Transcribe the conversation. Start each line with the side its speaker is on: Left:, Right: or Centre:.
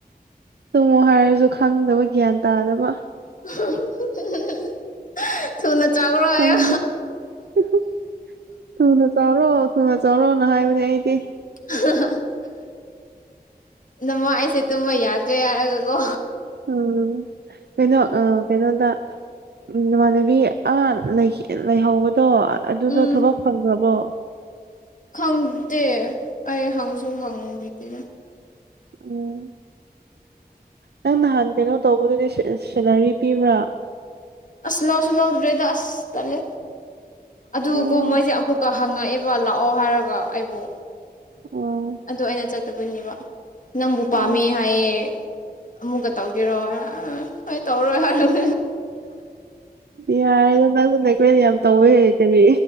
Right: ꯇꯨꯡꯃꯣ ꯍꯥꯏꯔꯁꯨ ꯈꯪꯗꯕ ꯒ꯭ꯌꯥꯟ ꯇꯥꯗꯕ
Left: <inaudible> ꯍꯥꯏꯌꯣ
Right: <inaudible> ꯆꯧꯔꯣ ꯊꯨꯅ ꯆꯥꯎꯔꯣꯅ ꯍꯥꯏꯕꯅꯦ ꯑꯩꯗꯤ
Left: <unintelligible> ꯅꯃ ꯑꯩꯁꯦ ꯇꯨꯝꯕ ꯌꯥꯗ꯭ꯔꯦ ꯍꯥꯏꯔꯒꯀꯣ
Right: ꯎꯝ ꯀꯩꯅꯣ ꯑ ꯀꯩꯅꯣꯗ ꯅꯃꯥꯟꯅꯕꯤ ꯑꯃ ꯂꯩꯍꯧꯕ ꯇꯣ ꯑꯗꯨꯗꯣ
Left: ꯎꯝ
Right: ꯊꯕꯛ ꯐꯪ ꯈꯔꯕꯣ
Left: ꯈꯪꯗꯦ ꯑꯩ ꯍꯪꯁꯨ ꯍꯪꯕꯤꯗꯦ
Right: ꯑꯣ ꯅꯪ ꯅꯍꯥꯟ ꯀꯩꯅꯣ ꯇꯧꯕꯗꯨꯗꯤ ꯁꯦꯂꯔꯤ ꯄꯤꯕ꯭ꯔꯥ
Left: ꯑꯁ ꯂꯧꯁꯨ ꯂꯧꯗ꯭ꯔꯤꯗ ꯇꯜꯂꯦ ꯑꯗꯨ
Right: ꯑꯣ
Left: ꯀꯣ ꯃꯣꯏꯁꯦ ꯑꯃꯨꯛꯀ ꯍꯪꯉꯛꯑꯦꯕ ꯂꯥꯛꯑꯣ ꯍꯥꯏꯔꯒ ꯑꯩꯕꯨ
Right: ꯑꯣ
Left: ꯑꯗꯨ ꯑꯩꯅ ꯆꯠꯇꯕꯅꯦꯕ ꯅꯪꯕꯨ ꯄꯥꯝꯃꯦ
Right: ꯎꯝ
Left: ꯍꯥꯏꯌꯦ ꯑꯃꯨꯛꯀ ꯇꯧꯒꯦꯔꯣ ꯑ ꯍꯣꯏ ꯇꯧꯔꯣꯏ ꯍꯥꯏꯔ
Right: ꯌꯥꯔꯦꯗ ꯅꯪꯕꯨ ꯅꯦꯛꯀ꯭ꯂꯦꯁ ꯌꯥꯝ ꯇꯧꯋꯦ ꯀꯔꯤ